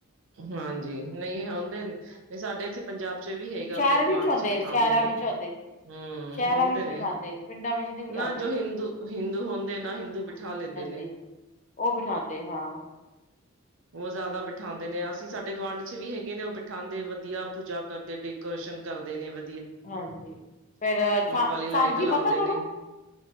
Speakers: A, on the right; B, on the left.
A: ਹਾਂਜੀ, ਨਹੀਂ ਹੋਂਦੇ ਨੇ। ਸਾਡੇ ਇੱਥੇ ਪੰਜਾਬ 'ਚ ਵੀ ਹੇਗਾ,
B: ਸ਼ਹਿਰ
A: ਉੱਥੇ ਗੁਆਂਢ
B: ਵਿੱਚ ਹੁੰਦੇ
A: 'ਚ ਬਿਠਾਉਂਦੇ
B: ਸ਼ਹਿਰਾਂ
A: ਨੇ।
B: ਵਿੱਚ ਹੁੰਦੇ
A: ਹੂੰ,
B: ਸ਼ਹਿਰਾਂ
A: ਹੁੰਦੇ
B: ਵਿੱਚ
A: ਨੇ,
B: ਬਿਠਾਉਂਦੇ ਪਿੰਡਾਂ ਵਿੱਚ ਨਹੀਂ ਬਿਠਾਉਂਦੇ
A: ਨਾ ਜੋ ਹਿੰਦੂ, ਹਿੰਦੂ ਹੁੰਦੇ ਨਾ ਹਿੰਦੂ ਬਿਠਾ ਲੈਂਦੇ। ਨੇ
B: ਜੀ, ਉਹ ਬਿਠਾਂਦੇ, ਹਾਂ।
A: ਓ ਜ਼ਿਆਦਾ ਬਿਠਾਂ ਅਸੀਂ, ਸਾਡੇ ਗੁਆਂਢ 'ਚ ਵੀ ਹੈਗੇ ਨੇ ਉਹ ਬਿਠਾਂਦੇ, ਵਧੀਆ ਪੂਜਾ ਕਰਦੇ, ਡੈਕੋਰੇਸ਼ਨ ਕਰਦੇ ਨੇ ਵ
B: ਹਾਂਜੀ, ਫਿਰ ਸਾ
A: ਵਾਲੀ ਲਾਈਟ
B: ਸਾਂਝੀ
A: ਲਾਉਂਦੇ
B: ਪਤਾ ਤੁਹਾਨੂੰ?
A: ਨੇ